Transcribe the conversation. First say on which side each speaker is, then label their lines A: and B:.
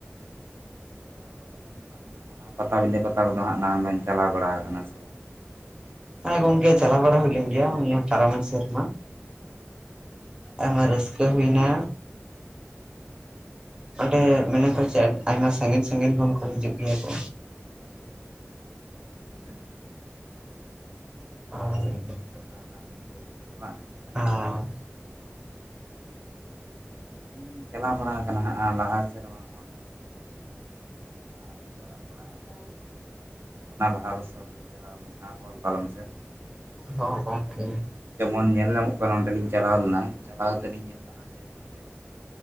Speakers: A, on the right (about 60°); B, on the right (about 20°).
A: ᱛᱚ ᱟᱵᱮᱱ ᱫᱚ ᱦᱟᱸᱜ ᱱᱟᱦᱝ ᱚᱱᱟ ᱯᱟᱛᱟᱵᱤᱸᱫᱟᱹ ᱯᱟᱛᱟ ᱠᱚᱫᱚ ᱦᱟᱸᱜ ᱱᱟ ᱵᱤᱱ ᱪᱟᱞᱟᱣ ᱵᱟᱲᱟ ᱟᱠᱟᱱᱟ ᱥᱮ
B: ᱟᱨᱜ ᱜᱚᱝᱮ ᱪᱟᱞᱟ ᱵᱟᱲᱟᱦᱟᱣ ᱞᱮᱱ ᱜᱮ ᱱᱤᱭᱳ ᱯᱟᱨᱟᱢᱤᱱ ᱥᱮᱨᱢᱟ ᱟᱭᱢᱟ ᱨᱟᱹᱥᱠᱟᱹ ᱦᱩᱭ ᱮᱱᱟ ᱚᱸᱰᱮ ᱢᱮᱱᱟ ᱠᱚ ᱪᱮᱫ ᱟᱭᱢᱟ ᱥᱟᱺᱜᱤᱧ ᱥᱟᱺᱜᱤᱧ ᱠᱷᱚᱱ ᱠᱚ ᱦᱤᱡᱩᱜ ᱜᱮᱭᱟ ᱠᱚ
A: ᱟᱪ
B: ᱟᱨ
A: ᱚᱱᱟ ᱦᱟᱱᱟᱝᱜ ᱜᱮᱠᱚ ᱦᱤᱡᱩᱜ ᱜᱮᱭᱟ ᱵᱟᱝ
B: ᱟᱨ
A: ᱟᱹᱞᱤᱧ ᱦᱚᱸᱞᱤᱧ ᱪᱟᱞᱟᱣ ᱵᱟᱲᱟ ᱟᱠᱟᱱᱟ ᱦᱟᱸᱜ ᱞᱟᱦᱟ ᱥᱮᱫ ᱨᱮᱢᱟ <unintelligible> ᱪᱟᱞᱟᱜ ᱵᱟᱲᱟᱜᱼᱟ <unintelligible> ᱞᱟᱦᱟ ᱵᱚᱪᱷᱚᱨ ᱨᱮ ᱞᱤᱧ ᱪᱟᱞᱟᱣ ᱞᱮᱱᱟ ᱚᱞ ᱠᱟᱞᱚᱢ ᱥᱮᱱ
B: ᱦᱚᱸ ᱜᱚᱝᱠᱮ
A: ᱡᱮᱢᱚᱱ ᱧᱮᱞ ᱧᱟᱢᱚᱜ ᱠᱟᱱᱟ ᱚᱸᱰᱮ ᱞᱤᱧ ᱪᱟᱞᱟᱣ ᱞᱮᱱᱟ ᱪᱟᱞᱟᱣ ᱠᱟᱛᱮ ᱞᱤᱧ ᱧᱮᱞ ᱞᱮᱱᱟ ᱡᱮ ᱚᱸᱰᱮ